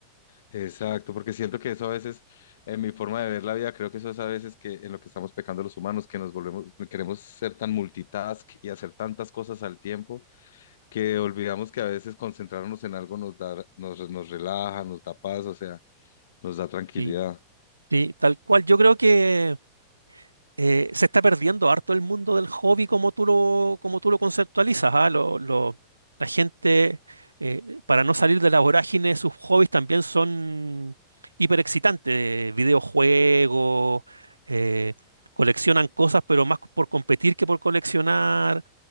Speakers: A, on the left; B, on the right.
A: Exacto, porque siento que eso a veces, en mi forma de ver la vida, creo que eso es a veces que en lo que estamos pecando los humanos, que nos volvemos, queremos ser tan multitask y hacer tantas cosas al tiempo, que olvidamos que a veces concentrarnos en algo nos da, nos, nos relaja, nos da paz, o sea, nos da tranquilidad.
B: Y, y tal cual, yo creo que eh, se está perdiendo harto el mundo del hobby como tú lo, como tú lo conceptualizas, ¿ah? Lo- lo- la gente, eh, para no salir de la vorágine, sus hobbies también son hiper excitantes videojuegos, eh, coleccionan cosas, pero más por competir que por coleccionar.